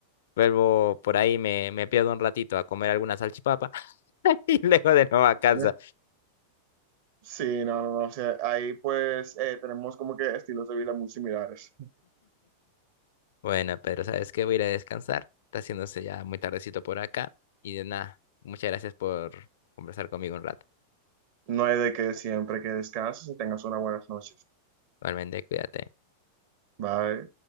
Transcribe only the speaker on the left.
vuelvo por ahí, me, me pierdo un ratito a comer alguna salchipapa <laughs> y luego de nuevo a
casa.
Bueno, pero sabes que voy a ir a descansar. Está haciéndose ya muy tardecito por acá. Y de nada, muchas gracias por conversar conmigo un rato.
Igualmente, cuídate.